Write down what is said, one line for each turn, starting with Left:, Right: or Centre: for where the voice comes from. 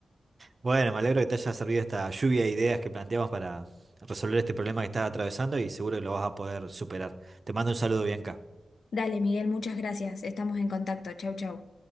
Right: Bueno, me alegro que te haya servido esta lluvia de ideas que planteamos para resolver este problema que estás atravesando y seguro que lo vas a poder superar. Te mando un saludo, Bianca.
Left: Dale, Miguel, muchas gracias. Estamos en contacto. Chau, chau.